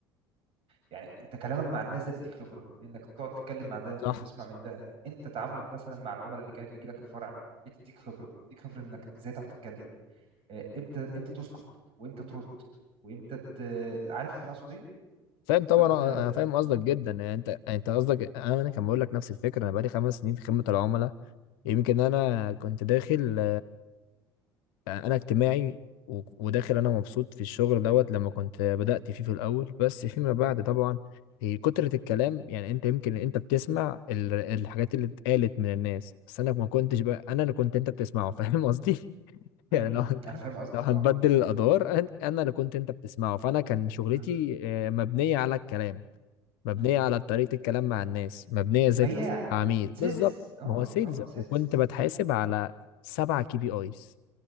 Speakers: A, on the right; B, on the left.
A: يعني انت كلامك مع الناس ده بيديك خبره انك تقعد تتكلم مع ده
B: صح
A: وتسمع من ده انت تعاملك مثلا مع العملاء اللي كانت بيجي لك الفرع بتديك خبره بتديك خبره انك ازاي تعرف تتكلم آه، امتى امتى تسكت وامتى ترد وامتى ت... عارف انا اقصد ايه
B: فاهم طبعا
A: فانت
B: آه، انا فاهم قصدك
A: م-
B: جدا يعني انت يعني انت قصدك انا انا كان بقول لك نفس الفكرة انا بقالي خمس سنين في خدمة العملاء يمكن انا كنت داخل يعني انا اجتماعي و- وداخل انا مبسوط في الشغل دوت لما كنت بدأت فيه في الاول بس فيما بعد طبعا هي كترة الكلام يعني انت يمكن انت بتسمع ال- الحاجات اللي اتقالت من الناس بس انا ما كنتش بقى انا اللي كنت انت بتسمعه فاهم قصدي <laughs>
A: امم
B: يعني لو
A: امم انا فاهم قصدك
B: لو هنبدل
A: اه
B: الادوار أن- انا اللي كنت انت بتسمعه فانا كان شغلتي
A: امم
B: آه، مبنية على الكلام مبنية
A: امم
B: على طريقة الكلام مع الناس مبنية ازاي
A: بياع
B: تكسب عميل
A: سيلز
B: بالظبط
A: اه
B: ما هو سيلز
A: اه سيلز
B: وكنت بتحاسب
A: امم امم
B: على سبعة كي بي ايز